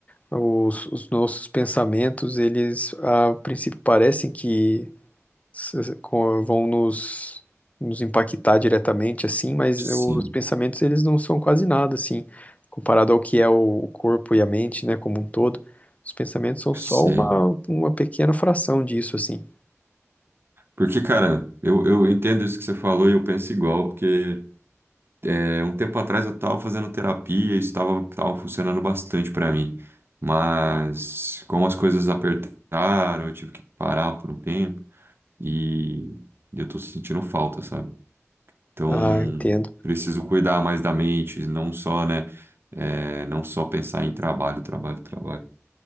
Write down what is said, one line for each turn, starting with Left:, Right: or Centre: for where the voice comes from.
Left: os, os nossos pensamentos, eles, a princípio, parecem que s- co- vão nos, nos impactar diretamente, assim, mas
Right: Sim,
Left: os pensamentos, eles não são quase nada, assim, comparado ao que é o corpo e a mente, né, como um todo. Os pensamentos são
Right: sei.
Left: só uma, uma pequena fração disso, assim.
Right: Porque, cara, eu, eu entendo isso que você falou e eu penso igual, porque é, um tempo atrás eu tava fazendo terapia e isso tava, tava funcionando bastante pra mim. Mas como as coisas apertaram, eu tive que parar por um tempo e eu tô sentindo falta, sabe? Então,
Left: Ah, entendo.
Right: preciso cuidar mais da mente, não só, né? é, não só pensar em trabalho, trabalho, trabalho.